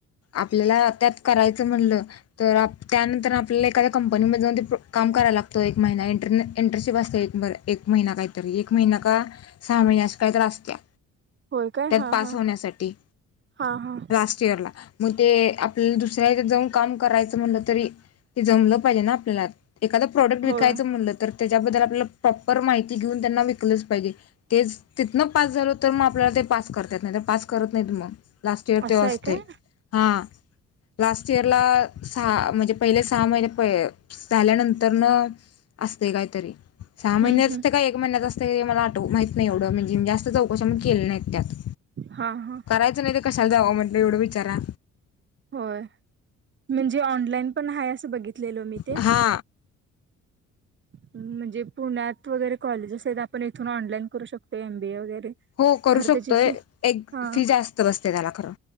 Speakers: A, on the left; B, on the right.
A: आपल्याला त्यात करायचं म्हणलं तर त्यानंतर आपल्याला एखाद्या कंपनीमध्ये जाऊन ते काम कराय लागतो एक महिना इंटरन एंटरनशिप असते. बरं एक महिना काहीतरी, एक महिना का सहा महिना अशी काहीतरी असत्या.
B: होय काय
A: त्यात
B: हा
A: पास
B: हा
A: होण्यासाठी
B: हा हा
A: लास्ट इयर ला. मग ते आपल्याला दुसऱ्या हेच्यात जाऊन काम करायचं म्हणलं तरी, ते जमलं पाहिजे ना आपल्याला. एखादा प्रोडक्ट विकायचं
B: होय
A: म्हणलं तर त्याच्याबद्दल आपल्याला प्रॉपर माहिती घेऊन त्यांना विकलच पाहिजे, तेच तिथंन पास झालो तर ते आपल्याला पास करतात नाहीतर करत ना हित मग लास्ट इयर
B: असं
A: असते
B: आहे काय
A: हा लास्ट चेरला सहा म्हणजे पहिले सहा महिने प झाल्यानंतर न असते काहीतरी. सहा महिन्याच
B: हम्म हम्म
A: असते का एक महिन्याच असते मला आठ माहित नाही. एवढं म्हणजे जास्त चौकशी मी केलं नाही. त्यात
B: हा हा
A: करायचं नाही तर कशाला जावं म्हंटलं एवढं विचारा
B: होय म्हणजे ऑनलाइन पण आहे असं बघितलेल मी ते.
A: हा
B: म्हणजे पुण्यात वगैरे कॉलेजेस आहेत. आपण इथून ऑनलाइन करू शकतो. एमबीए वगैरे.
A: हो करू
B: खरं
A: शकतोय
B: त्याची फी
A: एक
B: हा
A: फी जास्त बसते त्याला खरं.